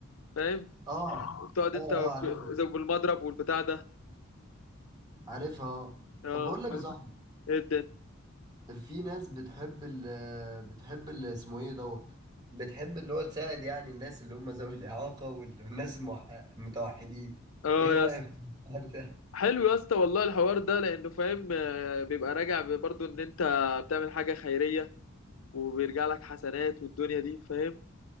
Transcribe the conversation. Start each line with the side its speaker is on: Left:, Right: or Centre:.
Left: فاهم
Right: اه
Left: وبتقعد
Right: اه
Left: انت
Right: اه
Left: وب-
Right: عارفها
Left: زي بالمضرب والبتاع ده
Right: عارفها اه
Left: اه
Right: طب بقول لك
Left: فاهم
Right: يا صاحبي
Left: ايه الدنيا
Right: في ناس بتحب ال بتحب ال اسمه ايه دوت بتحب اللي هو تساعد يعني الناس اللي هم ذوي الإعاقة وال- والناس الموح- المتوحدين
Left: اه
Right: ايه رأيك
Left: يا اسطى
Right: <laughs> في الحوار ده؟
Left: حلو يا اسطى والله الحوار ده لانه فاهم آه، بيبقى راجع برضه ان انت بتعمل حاجه خيريه وبيرجع لك حسنات والدنيا دي فاهم